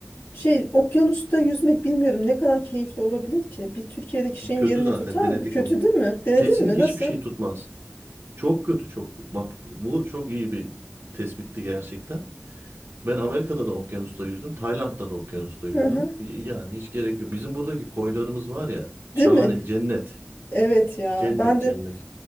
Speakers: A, on the left; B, on the right.
A: şey okyanusta yüzmek bilmiyorum ne kadar keyifli olabilir ki? Bir Türkiye'deki şeyin
B: kötü
A: yerini
B: zaten
A: tutar
B: denedik
A: mı? Kötü
B: onu.
A: değil mi? Denedin
B: Kesin
A: mi?
B: hiçbir
A: Nasıl?
B: şey tutmaz. Çok kötü çok. Bak bu çok iyi bir tespitti gerçekten. Ben Amerika'da da okyanusta yüzdüm. Tayland'da da okyanusta yüzdüm.
A: Hı hı.
B: Yani hiç gerek yok. Bizim buradaki koylarımız var ya. Şahane.
A: Değil mi?
B: Cennet.
A: Evet ya.
B: Cennet
A: Ben
B: cennet.
A: de